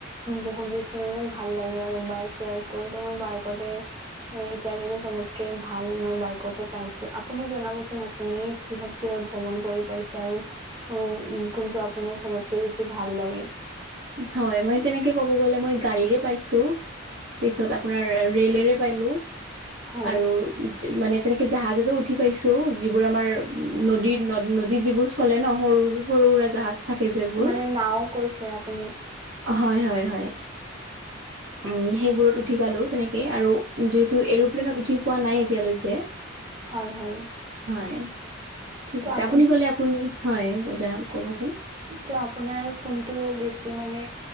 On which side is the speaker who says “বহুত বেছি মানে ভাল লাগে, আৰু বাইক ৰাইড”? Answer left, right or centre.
Right